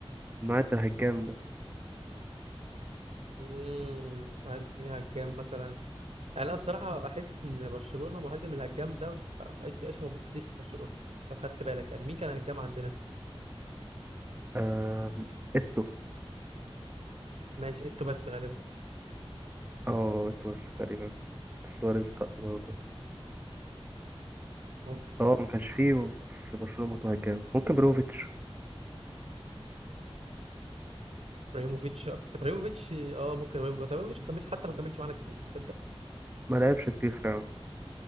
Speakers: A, on the right; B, on the right.
A: النوع ده هجام ده
B: مم، مش عارف مين هجام مثلا يعني انا بصراحه بحس ان برشلونه مهاجم الهجام ده ما بقاش بقاش موجود كتير في برشلونه لو خدت بالك يعني مين كان هجام عندنا
A: آم، إتو
B: ماشي ايتو بس غالبا
A: اه إتو بس تقريبا سواريز لأ برضه
B: ممكن
A: اه ما كانش فيه في برشلونة برضه هجام ممكن بروفيتش
B: ابراهيموفيتش بس ابراهيموفيتش اه ممكن ابراهيموفيتش بس ابراهيموفيتش ما كملش حتى ما كملش معانا كتير تصدق
A: ما لعبش كتير فعلا